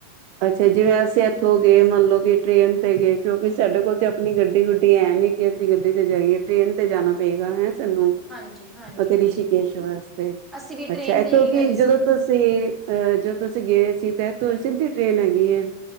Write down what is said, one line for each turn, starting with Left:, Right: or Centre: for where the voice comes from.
Right: ਅੱਛਾ ਜਿਵੇਂ ਅਸੀਂ ਐ ਥੋਂ ਗਏ ਮੰਨਲਓ ਕਿ ਟ੍ਰੇਨ ਤੇ ਗਏ, ਕਿਉਂਕਿ ਸਾਡੇ ਕੋਲ ਤੇ ਆਪਣੀ ਗੱਡੀ ਗੁੱਡੀ ਐ ਨੀ ਕਿ ਅਸੀਂ ਗੱਡੀ ਤੇ ਜਾਈਏ। ਟ੍ਰੇਨ ਤੇ ਜਾਣਾ ਪਏਗਾ ਹੈਂ ਸਾਨੂੰ
Centre: ਹਾਂਜੀ ਹਾਂਜੀ
Right: ਓਥੇ
Centre: ਹਾਂਜੀ
Right: ਰਿਸ਼ੀਕੇਸ਼ ਵਾਸਤੇ
Centre: ਅਸੀਂ ਵੀ ਟ੍ਰੇਨ
Right: ਅੱਛਾ ਇੱਥੋਂ
Centre: ਤੇ ਹੀ
Right: ਕਿ
Centre: ਗਏ
Right: ਜਦੋਂ
Centre: ਸੀ
Right: ਤੁਸੀਂ ਅਹ ਜਦੋਂ ਤੁਸੀਂ ਗਏ ਸੀ ਤ ਤੋਂ ਸਿੱਧੀ ਟ੍ਰੇਨ ਹੈਗੀ ਹੈ।